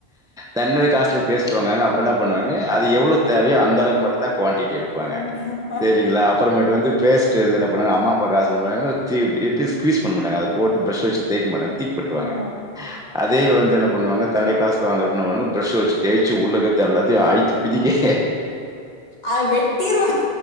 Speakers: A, in the centre; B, on the left.
A: தன்னுடைய காசுல பேஸ்ட் வாங்கு வாங்க அப்ப என்ன பண்ணுவாங்க அது எவ்ளோ தேவயோ அந்த அளவுக்கு மட்டுந்தா குவான்டிட்டி இருக்கு பாங்க
B: கண்டிப்பா.
A: சேரிங்களா அப்ற மாட்டு வந்து பேஸ்ட்டு வந்து என்ன பண்ணுவாங்க அம்மா அப்பா காசு என்ன பண்ணுவாங்க <unintelligible> ட் ஸ் பீஸ் பண்ண மாட்டாங்க அத போட்டு் ப்ரஷ் ச வச்சு தேய்க்க மாட்டாங்க தூக் போட்டுருவாங்க
B: ஆமா.
A: அதே வந்து என்ன பண்ணுவாங்க தன்னுடை காசுல வாங்குறப்ப என்ன பண்ணுவாங்க பிரஷ்ச வச்சு தேய்ச்சு உள்ளக்கிறது எல்லாத்தையு அழிச்சி பிதுக்கே
B: அ வெட்டிருவாங்க.